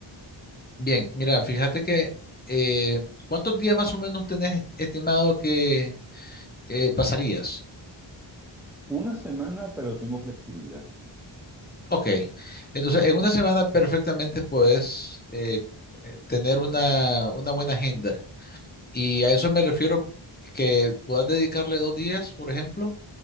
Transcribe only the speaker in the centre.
Una semana, pero tengo flexibilidad.